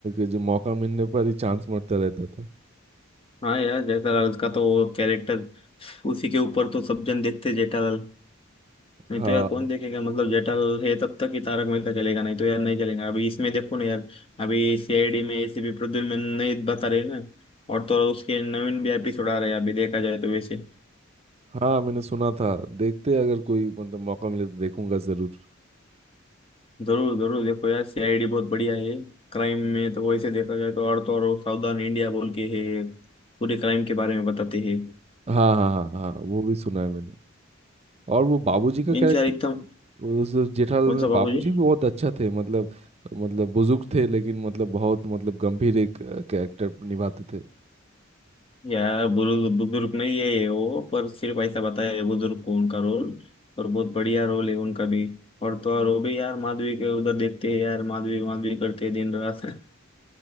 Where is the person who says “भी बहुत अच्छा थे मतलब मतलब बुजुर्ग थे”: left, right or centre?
Right